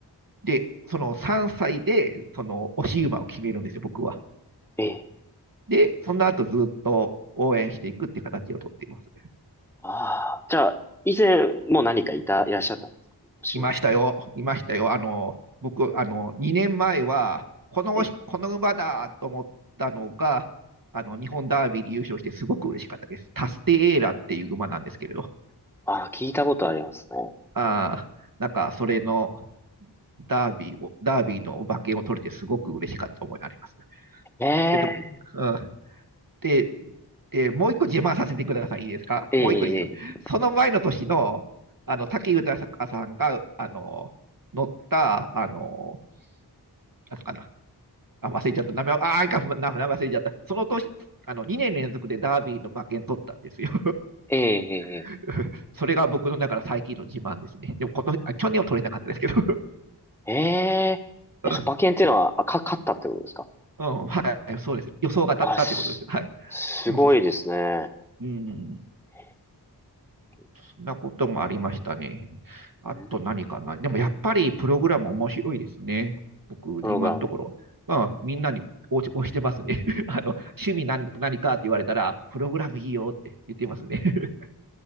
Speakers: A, on the right; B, in the centre.
A: で、その3歳で、その押し馬を決めるんですよ、僕は。
B: ええ。
A: で、その後ずっと応援していくっていう形をとっています。
B: ああ、じゃあ、以前も何かいた、いらっしゃったんですか推しの。
A: いましたよ、いましたよ。あの、僕、あの、2年前は、この、
B: ええ。
A: この馬だと思ったのが、あの、日本ダービーで優勝してすごく嬉しかったです。タステエーラっていう馬なんですけれど、
B: ああ、聞いたことありますね。
A: ああ、なんか、それのダービーを、ダービーの馬券を取れてすごく嬉しかった思いがあります。
B: え
A: えっと、うん、で、で、もう一個自慢させてください。いいですかもう一個いいよ。
B: え、ええ、
A: その前の年の、あの、武豊さんが、あの、乗った、あの、なんすかな、あ、忘れちゃった。名前、あー、名前忘れちゃった。その年、あの、2年連続でダービーの馬券取ったんですよ。
B: ええ、ええ、
A: <laughs> それが僕の中の最近の自慢ですね。でも今年、あ、去年は取れなかったですけど。
B: ええ、えええその馬券っていうのは、
A: <laughs>
B: あ、か、勝ったってことですか
A: うん、はい、そうです。予想が当たったってことです。
B: あ、す、
A: はい。
B: すごいですね。
A: <laughs> うん、
B: ええ、
A: そんなこともありましたね。あと何かな。
B: うん
A: でもやっぱりプログラム面白いですね。僕、
B: プログラム、
A: 今のところ。まあ、みんなに押してますね。<laughs> あの、趣味何何かって言われたら、プログラムいいよって言ってますね。<laughs>